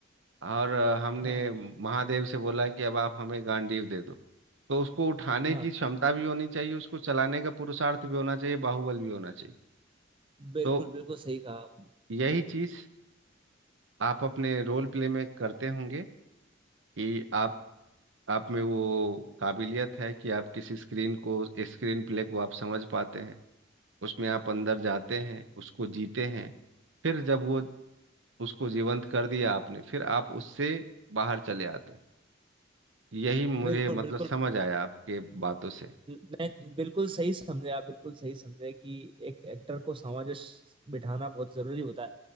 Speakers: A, on the right (about 75°); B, on the right (about 25°).
A: और अ, हमने
B: हाँ
A: महादेव से बोला कि अब आप हमें गांडीव दे दो तो उसको उठाने
B: हाँ
A: की क्षमता भी होनी चाहिए उसको चलाने का पुरुषार्थ भी होना चाहिए बाहुबल भी होना चाहिए
B: बिल्कुल
A: तो
B: बिल्कुल सही कहा आपने।
A: यही चीज आप अपने रोल प्ले में करते होंगे कि आप आप में वो काबिलियत है कि आप किसी स्क्रीन को स्क्रीन प्ले को आप समझ पाते हैं उसमें आप अंदर जाते हैं उसको जीते हैं फिर जब वो उसको जीवंत कर दिया आपने फिर आप उससे बाहर चले आते हैं यही मुझे
B: बिल्कुल
A: मतलब
B: बिल्कुल
A: समझ आया आपके बातों से
B: नहीं बिल्कुल सही समझे आप बिल्कुल सही समझे कि एक एक्टर को सामंजस्य बिठाना बहुत जरूरी होता है